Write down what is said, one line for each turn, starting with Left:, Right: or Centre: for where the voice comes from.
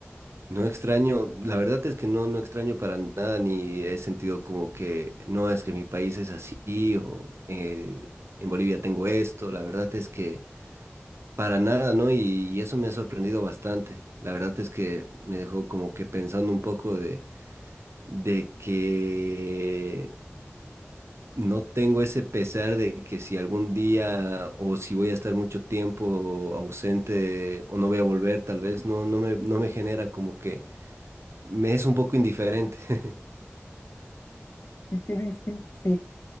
Right: no extraño, la verdad es que no, no extraño para nada, ni he sentido como que no es que mi país es así, o eh, en Bolivia tengo esto, la verdad es que para nada, ¿no? Y, y eso me ha sorprendido bastante. La verdad es que me dejó como que pensando un poco de, de que no tengo ese pesar de que si algún día o si voy a estar mucho tiempo ausente o no voy a volver, tal vez no, no me, no me genera como que me es un poco indiferente. <laughs>
Left: Sí, qué distinto. Sí.